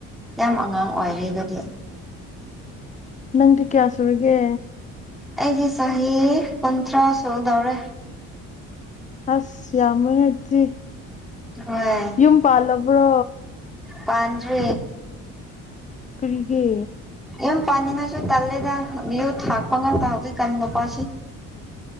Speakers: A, in the centre; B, on the left.
A: ꯌꯥꯝ ꯑꯉꯥꯡ ꯑꯣꯏꯔꯦ ꯑꯗꯨꯗꯤ
B: ꯅꯪ ꯇ ꯀꯌꯥ ꯁꯔꯒꯦ
A: ꯑꯩꯗꯤꯦ ꯆꯍꯤ ꯆꯍꯤ ꯄꯟꯊ꯭ꯔꯥ ꯆꯧꯗꯔ
B: ꯑꯁ ꯌꯥꯝꯃ ꯍꯥꯏꯗꯤ
A: ꯍꯣꯏ
B: ꯌꯨꯝ ꯄꯥꯜꯂꯕ꯭ꯔꯣ
A: ꯄꯥꯟꯗꯦ
B: ꯀꯔꯤꯒꯦ
A: ꯌꯨꯝ ꯄꯥꯅꯤꯡꯉꯥꯏꯁꯨ ꯇꯜꯂꯦꯗ ꯌꯨ ꯊꯥꯛꯄ ꯉꯥꯛ ꯇꯍꯧꯗ ꯀꯅꯤ ꯅꯨꯄꯥꯁꯤꯦ